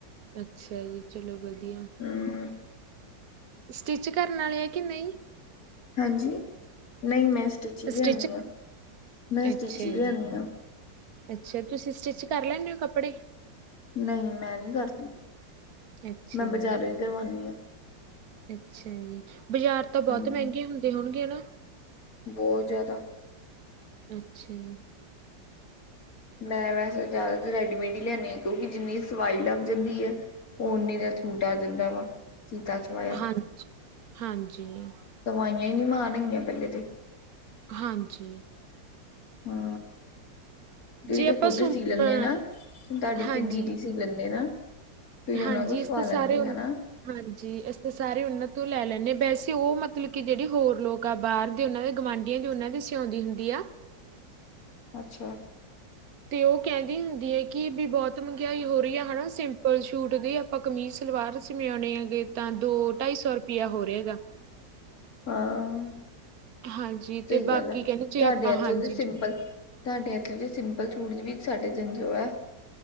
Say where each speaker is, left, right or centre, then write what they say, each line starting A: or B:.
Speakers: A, on the right; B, on the left.
A: ਅੱਛਾ ਜੀ ਚਲੋ ਵਧੀਆ
B: ਹਮ,
A: ਸਟਿੱਚ ਕਰਨ ਆਲੇ ਐ ਕਿ ਨਹੀਂ
B: ਹਾਂਜੀ ਨਹੀਂ ਮੈਂ ਸਟੀਚ ਈ ਲਿਆਨੀ
A: ਸਟਿਚ
B: ਆਂ, ਮੈਂ
A: ਅੱਛਾ
B: ਸਟੀਚ ਈ ਲਿਆਨੀ
A: ਜੀ
B: ਆਂ
A: ਅੱਛਾ ਤੁਸੀਂ ਸਟਿੱਚ ਕਰ ਲੈਂਨੇ ਔ ਕੱਪੜੇ
B: ਨਹੀਂ ਮੈਂ ਨਹੀਂ ਕਰਦੀ
A: ਅੱਛਾ
B: ਮੈਂ
A: ਜੀ
B: ਬਜ਼ਾਰੋਂ ਹੀ ਕਰਵਾਨੀ ਆ
A: ਅੱਛਾ ਜੀ ਬਾਜ਼ਾਰ ਤਾਂ ਬਹੁਤ
B: ਹਾਂਜੀ,
A: ਮਹਿੰਗੇ ਹੁੰਦੇ ਹੋਣਗੇ ਨਾ
B: ਬਹੁਤ ਜ਼ਿਆਦਾ
A: ਅੱਛਾ ਜੀ
B: ਮੈਂ ਵੈਸੇ ਜ਼ਿਆਦਾਤਰ ਰੈਡੀਮੇਡ ਹੀ ਲਿਆਨੀ ਆਂ, ਕਿਉਂਕਿ ਜਿੰਨੀ ਸਵਾਈ ਲੱਗ ਜਾਂਦੀ ਹੈ ਔਨੇ ਦਾ ਛੂਟ ਆ ਜਿੰਦਾ ਵਾ ਸਿਤਾ ਸਵਾਇਆ,
A: ਹਾਂਜੀ ਹਾਂਜੀ
B: ਸਵਾਈਆਂ ਹੀ ਨੀ ਮਾਣ ਹੈਗੀਆਂ ਪਹਿਲੇ ਤੇ
A: ਹਾਂਜੀ
B: ਹਾਂ ਤੁਸੀਂ
A: ਜੇ
B: ਤੇ
A: ਆਪਾਂ
B: ਖੁੱਦ
A: ਸੁ
B: ਈ ਸੀ ਲੈਂਦੇ
A: ਅ
B: ਨਾ, ਤੁਹਾਡੀ
A: ਹਾਂਜੀ
B: ਤੇ ਦੀਦੀ ਸੀ ਲੈਂਦੇ ਨਾ ਤੁਸੀਂ ਉਹਨਾਂ
A: ਹਾਂਜੀ
B: ਕੋ ਸਵਾ
A: ਇਸ ਤੇ ਸਾਰੇ
B: ਲੈਂਦੇ
A: ਉਨ
B: ਹੈਨਾ
A: ਹਾਂਜੀ ਅਸੀਂ ਤਾਂ ਸਾਰੇ ਉਹਨਾਂ ਤੋਂ ਲੈ ਲੈਂਨੇ ਆਂ, ਵੈਸੇ ਉਹ ਮਤਲਬ ਕਿ ਜਿਹੜੇ ਹੋਰ ਲੋਕ ਬਾਹਰ ਦੇ ਉਹਨਾਂ ਦੇ ਗੁਆਂਢੀਆਂ ਦੀ ਉਹਨਾਂ ਦੀ ਸਿਉਂਦੀ ਹੁੰਦੀ ਆ
B: ਅੱਛਾ
A: ਤੇ ਉਹ ਕਹਿੰਦੀ ਹੁੰਦੀ ਹੈ ਕਿ ਵੀ ਬਹੁਤ ਮਹਿੰਗਾਈ ਹੋ ਰਹੀ ਹੈ, ਹਨਾ ਸਿੰਪਲ ਸੂਟ ਦੀ ਆਪਾਂ ਕਮੀਜ਼ ਸਲਵਾਰ ਚ ਮਿਆਉਣੇ ਹੈਗੇ, ਤਾਂ ਦੋ ਢਾਈ ਸੌ ਰੁਪਇਆ ਹੋ ਰਿਹਾ ਹੈਗਾ
B: ਹਾਂ
A: ਹਾਂਜੀ
B: ਸਹੀ
A: ਤੇ
B: ਗੱਲ
A: ਬਾਕੀ
B: ਹੈ,
A: ਕਹਿੰਦੇ ਜੇ
B: ਤੁਹਾਡੇ
A: ਆਪਾਂ
B: ਐਥੇ
A: ਹਾਂਜੀ
B: ਦੇ ਸਿੰਪਲ
A: ਜ-
B: ਸਾਡੇ ਇੱਥੇ ਦੇ ਸਿੰਪਲ ਸੂਟ ਦੀ ਵੀ ਸਾਡੇ ਤਿਨ ਸੋ ਐ